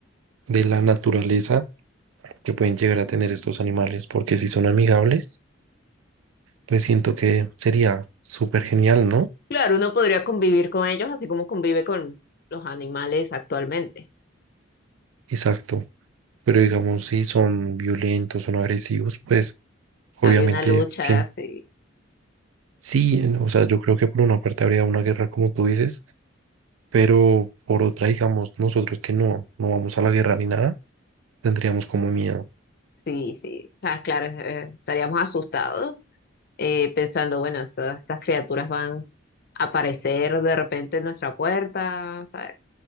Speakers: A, on the right; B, on the left.
A: de la naturaleza que pueden llegar a tener estos animales, porque si son amigables, pues siento que sería súper genial, ¿no?
B: Claro, uno podría convivir con ellos así como convive con los animales actualmente.
A: Exacto. Pero digamos, si son violentos, son agresivos, pues obviamente,
B: Habría una lucha,
A: ¿quién?
B: sí,
A: sí, o sea, yo creo que por una parte habría una guerra, como tú dices, pero por otra, digamos, nosotros que no, no vamos a la guerra ni nada, tendríamos como miedo.
B: sí, sí. O sea, claro, eh, estaríamos asustados eh, pensando, bueno, estas estas criaturas van a aparecer de repente en nuestra puerta, ¿sabes?